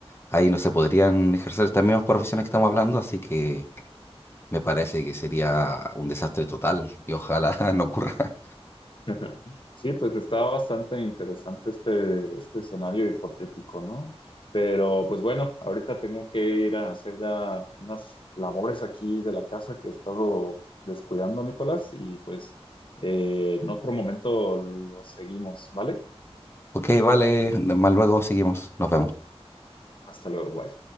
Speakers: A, on the left (about 25°); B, on the left (about 50°).
A: ahí no se podrían ejercer estas mismas profesiones que estamos hablando, así que me parece que sería un desastre total y ojalá <laughs> no ocurra.
B: <laughs> Sí, pues estaba bastante interesante este, este escenario hipotético, ¿no? Pero pues bueno, ahorita tengo que ir a hacer ya unas labores aquí de la casa que he estado descuidando, Nicolás, y pues eh, en otro momento lo seguimos, ¿vale?
A: Ok, vale, más luego seguimos, nos vemos.
B: Hasta luego, bye.